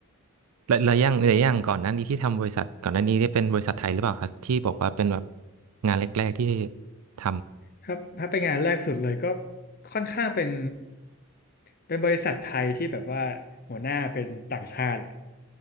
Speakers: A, on the right; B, on the left.
A: แล้วแล้วอย่างแล้วอย่างก่อนหน้านี้ที่ทำบริษัทก่อนหน้านี้ได้เป็นบริษัทไทยหรือเปล่าครับที่บอกว่าเป็นแบบงานแรกๆที่ท
B: ถ้าถ้าเป็นงานแรกสุดเลยก็ค่อนข้างเป็นเป็นบริษัทไทยที่แบบว่าหัวหน้าเป็นต่างชาติอะ